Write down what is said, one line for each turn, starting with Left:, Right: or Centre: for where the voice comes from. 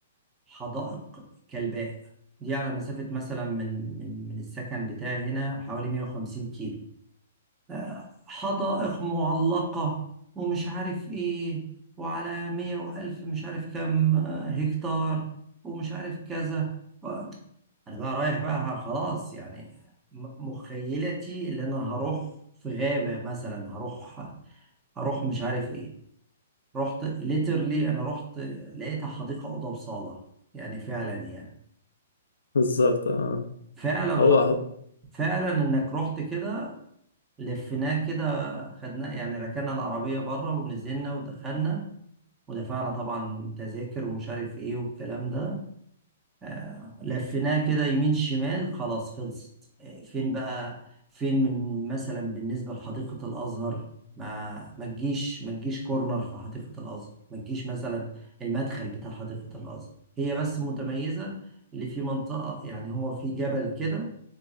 Right: حدائق كلباء دي على مسافة مثلا من من من السكن بتاعي هنا حوالي 150 كيلو آه، حدائق معلقة ومش عارف ايه وعلى مية وألف مش عارف كام آه، هكتار ومش عارف كذا و- أنا بقى رايح بقى خلاص يعني م- مخيلتي اللي أنا هروح في غابة مثلا هروح هروح مش عارف ايه رحت ليترلي أنا رحت لقيتها حديقة أوضة وصالة يعني فعلا يعني
Left: بالظبط اه
Right: فعلا
Left: هو
Right: حط...
Left: اهو
Right: فعلا انك رحت كده لفيناه كده خدناه يعني ركنا العربية بره ونزلنا ودخلنا ودفعنا طبعا تذاكر ومش عارف ايه والكلام ده آه لفيناه كده يمين شمال خلاص خلصت آه فين بقى فين من مثلا بالنسبة لحديقة الأزهر ما ما تجيش ما تجيش كورنر في حديقة الأزهر ما تجيش مثلا المدخل بتاع حديقة الأزهر هي بس متميزة اللي في منطقة يعني هو في جبل كده